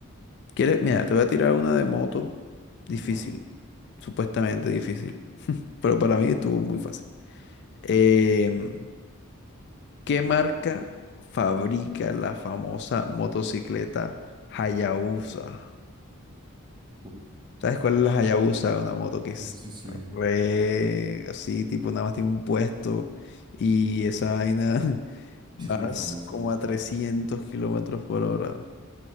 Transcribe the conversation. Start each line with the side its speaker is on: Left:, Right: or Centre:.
Left: ¿Quieres? Mira, te voy a tirar una de moto difícil,
Right: Va.
Left: supuestamente difícil, pero para mí estuvo muy fácil. Em, ¿qué marca fabrica la famosa motocicleta Hayabusa?
Right: Ujú.
Left: ¿Sabes cuál es la Hayabusa? Una moto que es
Right: Sí, sí, sí.
Left: re así, tipo nada más tiene un puesto y esa vaina <laughs> vas
Right: Sí, es muy famosa,
Left: como
Right: ¿no?
Left: a 300 kilómetros por hora.